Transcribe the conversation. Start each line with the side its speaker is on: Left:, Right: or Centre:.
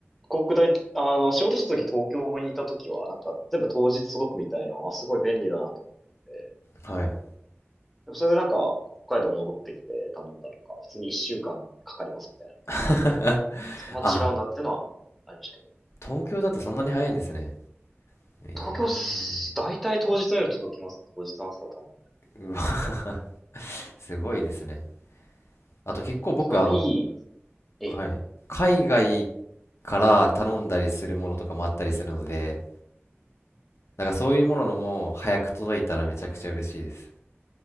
Centre: 航空大あの、仕事した時東京にいた時は、なんか、全部当日届くみたいな、あ、すごい便利だなと思って。
Left: ー、はい。
Centre: でもそれでなんか、北海道戻ってきて頼んだら、なんか、普通に一週間かんかかりますみたいな。
Left: <laughs>
Centre: そんな違うんだっていうのはありましたけど。
Left: あ、東京だとそんなに早いんですね。え
Centre: 東京す、大体当日の夜届きますね。当日の朝頼んで。
Left: えー、うわ、<laughs> すごいですね。あと結構僕、
Centre: そのまあいいですね。
Left: あの、
Centre: ええ。
Left: はい。海外から頼んだりするものとかもあったりするので、なんかそういうもののも早く届いたらめちゃくちゃ嬉しいです。